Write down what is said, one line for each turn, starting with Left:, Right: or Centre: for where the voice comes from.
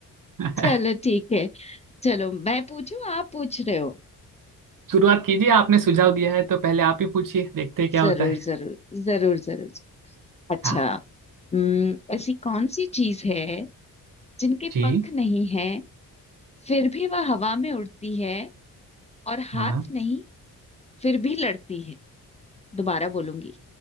Right: <laughs>
Left: चलो ठीक है चलो मैं पूछूं आप पूछ रहे हो
Right: शुरुआत कीजिए आपने सुझाव दिया है तो पहले आप ही पूछिए देखते हैं क्या
Left: जरूर
Right: होता है
Left: जरूर जरूर जरूर अच्छा
Right: हाँ
Left: हम्म, ऐसी कौन सी चीज है जिनके
Right: जी
Left: पंख नहीं है फिर भी वह हवा में उड़ती है और हाथ
Right: हाँ
Left: नहीं फिर भी लड़ती है दोबारा बोलूंगी